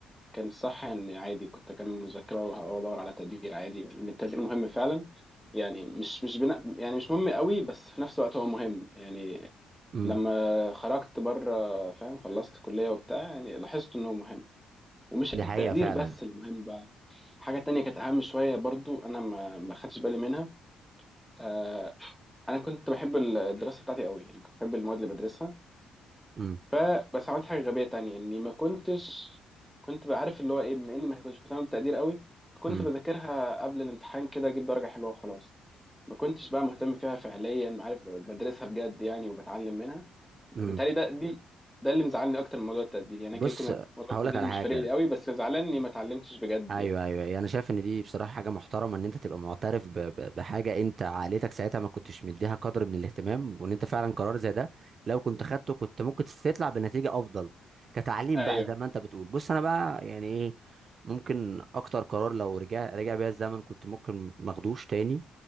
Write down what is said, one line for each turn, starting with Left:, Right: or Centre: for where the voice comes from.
Centre: كان الصح ان عادي كنت اكمل مذاكره وادور على تقدير عادي لان التقدير مهم فعلا يعني مش مش بنا يعني مش مهم قوي بس في نفس الوقت هو مهم يعني
Right: امم
Centre: لما خرجت بره فاهم خلصت كلية وبتاع يعني لاحظت انه مهم ومش
Right: دي
Centre: التقدير
Right: حقيقه فعلا
Centre: بس المهم بقى حاجة تانية كانت اهم شوية برضو انا ما ما خدتش بالي منها آه انا كنت بحب الدراسة بتاعتي قوي يعني كنت بحب المواد اللي بدرسها
Right: امم
Centre: فبس عملت حاجة غبية تانية اني ما كنتش كنت بعرف اللي هو ايه بما اني ما كنتش مهتم بالتقدير قوي كنت
Right: امم
Centre: بذاكرها قبل الامتحان كده اجيب درجة حلوة وخلاص ما كنتش بقى مهتم فيها فعليا بعرف بدرسها بجد يعني وبتعلم منها
Right: امم
Centre: بالتالي ده دي ده اللي مزعلني اكتر من موضوع التقدير يعني أنا
Right: بص
Centre: كده كده موضوع
Right: هقول
Centre: التقدير
Right: لك على
Centre: مش
Right: حاجه
Centre: فارق لي قوي بس زعلان اني ما اتعلمتش بجد
Right: ايوه
Centre: يعني
Right: ايوه أيوة. انا يعني شايف ان دي بصراحه حاجه محترمه ان انت تبقى معترف ب- ب- بحاجه انت عائلتك ساعتها ما كنتش مديها قدر من الاهتمام وان انت فعلا قرار زي ده لو كنت خدته كنت ممكن تطلع بنتيجه افضل كتعليم
Centre: ايوه
Right: بقى زي ما انت بتقول بص انا بقى يعني ايه ممكن اكتر قرار لو رجع رجع بيا الزمن كنت ممكن ما اخدوش تاني